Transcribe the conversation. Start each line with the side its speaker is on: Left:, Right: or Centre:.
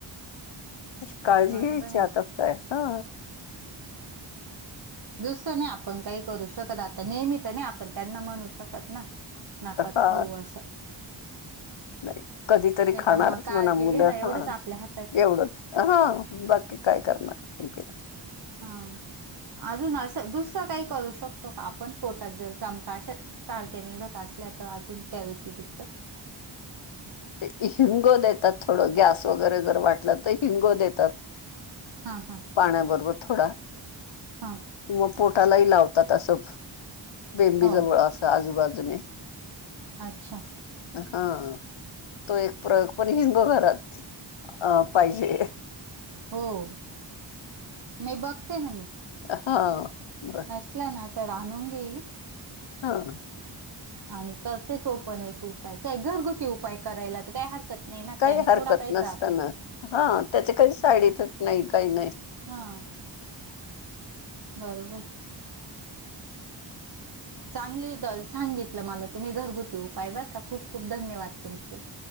Left: अ काळजी
Right: बरोबर
Left: घ्यायची
Right: आहे
Left: आतापताय
Right: ना.
Left: हा.
Right: दुसरं नाही आपण काही करू शकत आता नेहमी तर नाही आपण त्यांना म्हणू शकत ना. नाकाच
Left: हा
Right: खाऊ असं.
Left: नाही कधीतरी
Right: त्याच्यामुळ
Left: खाणारच
Right: काळजी
Left: म्हणा मुलं
Right: घेणं एवढंच
Left: हा
Right: आपल्या हातात आहे
Left: एवढंच. ह्हणं, बाकी काय करणार? <unintelligible> पण के.
Right: हां, अजून असं दुसरं काही करू शक तो का, आपण पोटात जर चमका अशा सारख्या निघत असल्या, तर अजून त्या व्यतिरिक्त?
Left: ते हिंगो देतात, थोडं गॅस वगैरे जर वाटलं तर, हिंगो देतात.
Right: हं हं.
Left: पाण्याबरोबर थोडा.
Right: हां.
Left: किंवा पोटालाही लावतात असं, बेंबीजवळ
Right: हो
Left: असं आजूबाजूने.
Right: अच्छा.
Left: हं. तो एक प्रयोग, पण हिंग घरात अ पाहिजे.
Right: हो, नहीं बघते ना मी.
Left: हं ह.
Right: नसल्या ना तर आणून घेईन.
Left: हं.
Right: आणि करते तो पण एक उपाय, काय घरगुती उपाय करायला तर काय हरकत नाही ना
Left: काही
Right: त्याने
Left: हरकत
Right: थोडा काही
Left: नसतान,
Right: त्रास होत
Left: हा. त्याचे काही साईड इफेक्ट नाही, काही नाही.
Right: हां बरोबर. चांगली द सांगितलं मला तुम्ही घरगुती उपाय, बरका खूप खूप धन्यवाद तुमचे.